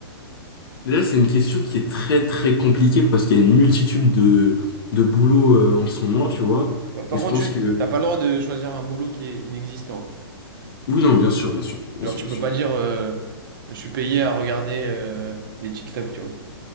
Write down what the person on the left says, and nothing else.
Déjà, c'est une question qui est très très compliquée parce qu'il y a une multitude de, de boulots euh, en ce moment, tu vois.
Et je
pense
que...
Oui, non, bien sûr, bien sûr, bien
sûr,
bien
sûr.